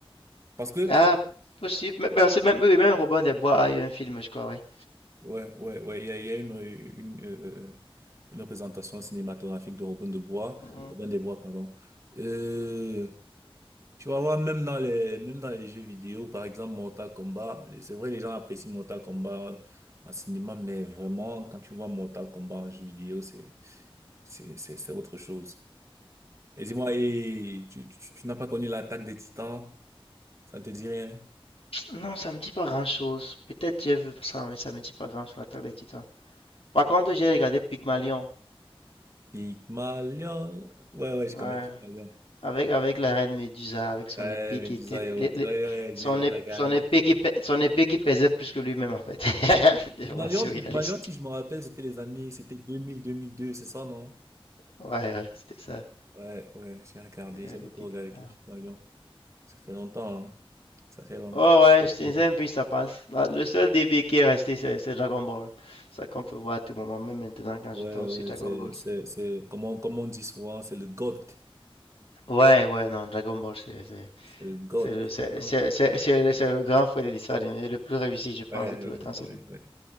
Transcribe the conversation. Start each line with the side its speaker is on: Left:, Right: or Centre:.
Right: Parce que,
Left: Ah, possible. Mais- mais c'est même, oui, même Robin des Bois a eu un film, je crois, oui.
Right: ouais, ouais, ouais, il y a, il y a une, une, euh, une représentation cinématographique de Robin de Bois,
Left: Hum,
Right: Robin des Bois, pardon. Euh, Tu vas voir, même dans les, même dans les jeux vidéo, par exemple, Mortal Kombat, c'est vrai, les gens apprécient Mortal Kombat en cinéma, mais vraiment, quand tu vois Mortal Kombat en jeu vidéo, c'est, c'est, c'est, c'est autre chose. Et dis-moi, et tu, tu, tu n'as pas connu l'attaque des Titans? Ça ne te dit rien?
Left: Non, ça me dit pas grand-chose. Peut-être j'ai vu ça, mais ça me dit pas grand-chose, l'Attaque des Titans. Par contre, j'ai regardé Pygmalion,
Right: Pygmalion. Ouais, ouais, je
Left: ouais.
Right: connais Pygmalion.
Left: Avec, avec la reine Médusa, avec son
Right: Ouais,
Left: épée
Right: Médusa
Left: qui était...
Right: et autres.
Left: les- les-
Right: Ouais, ouais, ouais,
Left: son,
Right: j'ai
Left: ép-
Right: j'ai regardé.
Left: son épée qui, pè- son épée qui pesait plus que lui-même, en fait. <laughs> C'était
Right: Pygmalion,
Left: vraiment surréaliste.
Right: Pygmalion, si je me rappelle, c'était les années, c'était deux deux mille deux mille deux c'est ça, non?
Left: Ouais, ouais, c'était ça.
Right: Ouais, ouais, j'ai regardé,
Left: Regardez
Right: j'ai beaucoup
Left: Pygmalion.
Right: regardé Pygmalion. Ça fait longtemps, hein. Ça fait longtemps.
Left: Oh ouais, je puis ça passe. La- Le seul DB qui est resté, c'est c'est Dragon Ball. Ça qu'on peut voir à tout moment, même maintenant quand
Right: Ouais,
Left: je tombe
Right: ouais,
Left: sur Dragon
Right: c'est,
Left: Ball.
Right: c'est, c'est, comme on, comme on dit souvent, c'est le GOAT.
Left: Ouais, ouais, non, Dragon Ball, c'est c'est-
Right: C'est le GOAT.
Left: c'est le, c'est D'accord. c'est- c'est- c'est le c'est le grand frère des dessins animés, le plus réussi, je pense,
Right: Ouais,
Left: de tout
Right: ouais,
Left: le temps, c'est
Right: ouais,
Left: lui.
Right: ouais.